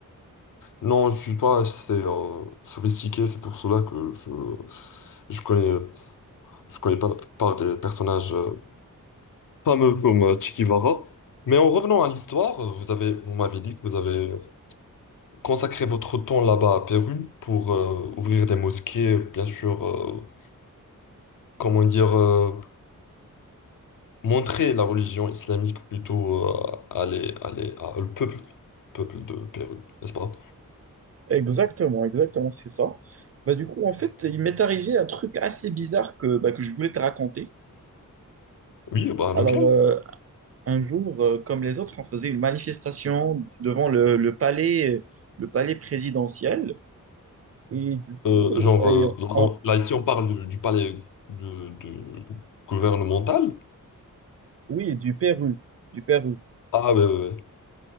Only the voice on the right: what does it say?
Exactement, exactement, c'est ça. Bah, du coup, en fait, il m'est arrivé un truc assez bizarre que, bah, que je voulais te raconter.
Alors,
euh, un jour, euh, comme les autres, on faisait une manifestation devant le, le palais, le palais présidentiel. Et du coup,
et
on-
oui, du Pérou, du Pérou.